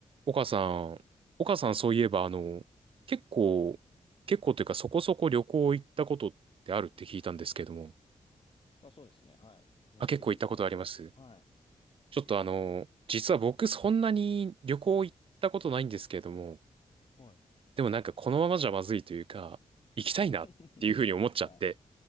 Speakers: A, on the right; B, on the left.
A: 岡さん、岡さんそういえば、
B: はい。
A: あの、結構、結構というかそこそこ旅行行ったことってあるって聞いたんですけども、
B: まあそうですね。はい。よ、
A: あ、結構行ったことあります。
B: よく行きますよ。はい。
A: ちょっとあの、
B: よく行きます。
A: 実は僕そんなに旅行行ったことないんですけれども、
B: はい。
A: でもなんかこのままじゃまずいというか、行きたいなっていうふうに思っちゃって、
B: <laughs> はい。